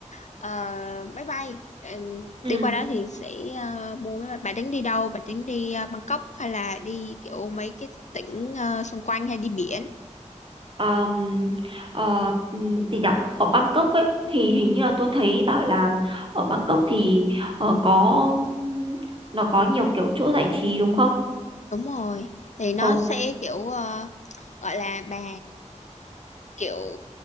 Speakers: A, on the left (about 65°); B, on the right (about 40°).
A: Ờ, máy bay Ờ,
B: Ừ.
A: đi qua đó thì sẽ ờ, mua máy bay bạn tính đi đâu bạn tính đi ờ, Bangkok hay là đi kiểu mấy cái tỉnh ờ, xung quanh hay đi biển
B: um, ờ, ừm, gì nhở? ở Bangkok ấy thì hình như là tôi thấy bảo là ở Bangkok thì ờ, có ừm, nó có nhiều kiểu chỗ giải trí đúng không?
A: đúng rồi thì nó
B: Ờ,
A: sẽ kiểu ờ, gọi là bà kiểu